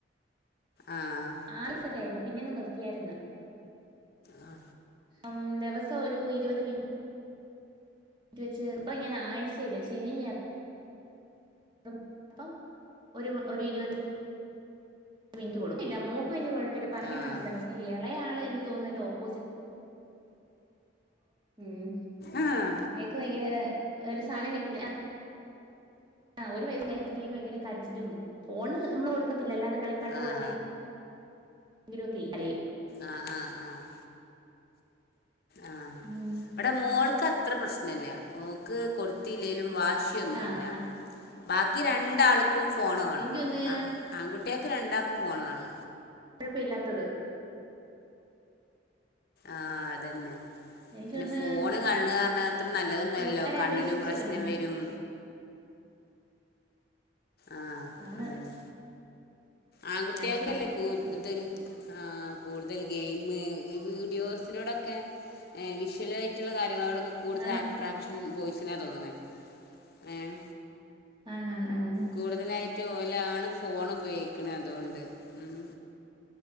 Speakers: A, on the left; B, on the right.
A: ആഹ
B: ആറിസ്സൊക്ക ആയപ്പോ പിന്നെ അങ് നിർത്തിയായിരുന്നു
A: ആഹ
B: ഉ ദിവസം ഒരു ഇരുപത് മിനി വെച്ച് ഇപ്പ ഇങ്ങനെ ആഴ്ചയില്ല ശനിഞ <unintelligible> ഒരു ഇരുപത് മിനിറ്റ് കൊടുക്കും ഇല്ല മോക്ക് വലിയ കുഴപ്പ പിന്നെ പറഞ്ഞ
A: ആഹ്
B: മനസ്സിലാവും പക്ഷേ ഇളേയാള് എനിക്ക് തോന്നുന്നത് അതിന്റെ ഓപ്പോസിറ്റ് ഉം
A: ആഹ്
B: എനിക്ക് വയ്യാ ഒരു സാധനം കിട്ടില്ല ആഹ് ഓര് പയസ കയ്യിൽ കിട്ടിയില്ലെങ്കിൽ ഭയങ്കര കരച്ചിലും ഫോണ് നമ്മള് കൊടുക്കത്തില്ലാ അല്ലാതെ കളിപ്പാട്ടോ
A: ആഹ്
B: എന്തെ എങ്കിലുവൊക്കെ കരയും
A: ആഹ് ആഹ് ആഹ് ആഹ്
B: ഉം
A: അവിടെ മോൾക്ക് അത്ര പ്രശ്നല്ല മോക്ക് കൊടുത്തില്ലേലും വാശിയൊന്നുമില്ല
B: ആ
A: ബാക്കി രണ്ടാൾക്കും ഫോണ് വേണം
B: എനിക്കൊന്ന്
A: ആൺകുട്ടികൾക്ക് രണ്ടാൾക്കും ഫോണ് വേണം
B: കുഴപ്പം ഇല്ലാത്തത്
A: ആഹ് അതന്നെ
B: എനിക്കൊന്ന്
A: പിന്നെ ഫോണ് കാണ കാരണം അത്ര നല്ലതൊന്നുവല്ലല്ലോ
B: അവരെ
A: കണ്ണിനും
B: അപേക്ഷിച്ച്
A: പ്രശ്നം
B: ആ
A: വരും ആഹ്
B: ആണ്
A: അതന്നെ ആൺകുട്ടികൾക്കല്ലേ
B: മാക്സിമം
A: കൂടുതൽ ആഹ് കൂടുതൽ ഗെയിംമ് ഈ വീഡിയോസിനോടൊക്കെ വിഷ്വൽ ആയിട്ടുള്ള കാര്യങ്ങളോടൊക്കെ കൂടുതൽ
B: ആണ്
A: അട്രാക്ഷൻ ബോയ്സിനാ തോന്നുന്നത് ഏഹ്
B: ആണോ ആഹ്
A: കൂടുതലായിട്ട് ഓലാണ് ഫോൺ ഉപയോഗിക്കണെ അതുകൊണ്ട് ഉം